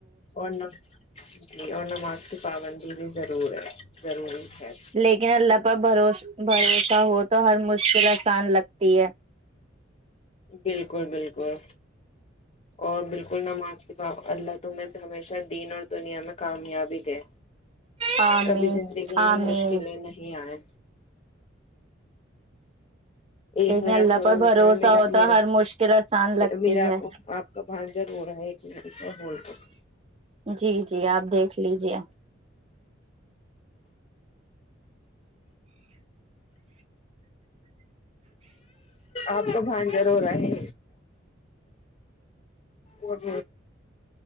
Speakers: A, on the left; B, on the right.
A: ا ن جی ا نما پابندی بھی ضرور ہے ضروری ہے
B: لیکن اللہ پر بھروس بھروسہ ہو تو ہر مج مسان لگتی ہے
A: بالکل بالکل اور بالکل نماز اللہ تمہیں ہمیشہ دین اور دنیا میں کامیابی دے
B: آمین
A: کبھی زندگی
B: آمین
A: میں مشکلیں نہیں آئے ایک
B: لیکن
A: منٹ
B: اللہ
A: تھوڑا
B: پر بھروسہ
A: رکناا میرا
B: ہوتا
A: میرا
B: ہر مشکل آسان لگتی
A: میرا
B: ہے
A: آپ کا بھانجڑ ہو رہا ہے ایک منٹ رول کر
B: جی جی آپ دیکھ لیجیے
A: آپ کو بھان ضرور ہے مٹ